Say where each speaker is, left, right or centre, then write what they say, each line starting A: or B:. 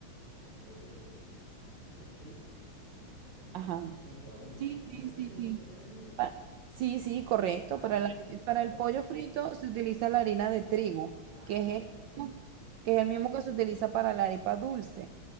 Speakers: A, on the right (about 25°); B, on the right (about 75°).
A: el pollo, este, pollo frito, utiliza como
B: Ajá.
A: un tipo de harina,
B: Sí,
A: pero no sé
B: sí,
A: si es
B: sí,
A: el mismo.
B: sí.
A: ¿Es ese mismo?
B: Pa- Sí, sí, correcto.
A: Ah,
B: Para
A: no,
B: la-
A: entonces
B: para el
A: no,
B: pollo
A: no.
B: frito se utiliza la harina de trigo,
A: Ajá,
B: que
A: no, no,
B: es el
A: no, no.
B: mismo, que es el mismo que se utiliza para la arepa dulce.